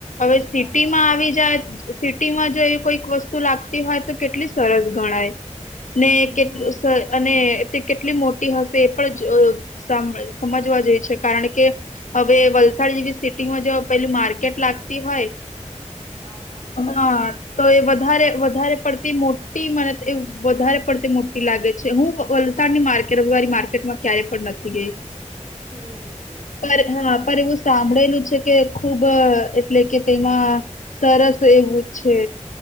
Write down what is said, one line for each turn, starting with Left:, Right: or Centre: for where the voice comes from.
Left: હવે સિટી
Right: હા
Left: માં જાય સિટીમાં જો એવી કોઈક વસ્તુ લાગતી હોય તો કેટલી સરસ ગણાય ને
Right: હમ
Left: કેટલું સ અને તે કેટલી મોટી હશે એ પણ જ અ સામ સમજવા જેવી છે કારણ કે હવે વલસાડ જેવી સિટીમાં જો પેલું માર્કેટ લાગતી હોય
Right: હા હા
Left: હા તો એ વધારે વધારે પડતી મોટી મને તો એવું વધારે પડતી મોટી લાગે છે હું ની માર્કેટ રવિવારી માર્કેટમાં ક્યારેય પણ નથી ગઈ
Right: એવું છે
Left: પર હા પણ એવું સાંભળેલું છે કે ખુબ એટલે કે તેમાં સરસ એવું છે